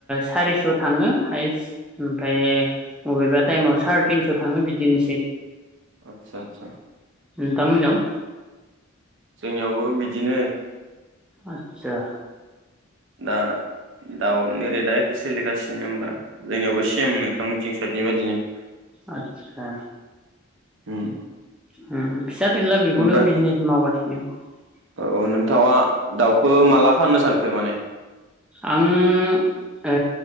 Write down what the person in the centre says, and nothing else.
सारिस' थाङो हायस्ट ओमफ्राय बबेबा टाइमाव साराय तिनस' थाङो, बिदिनोसै
दामोनायाव
आतसा।
आचसा।
उम। फिसा फेनला बेखौनो
बिजनेस मावबाय बि <unintelligible>
आं ओ।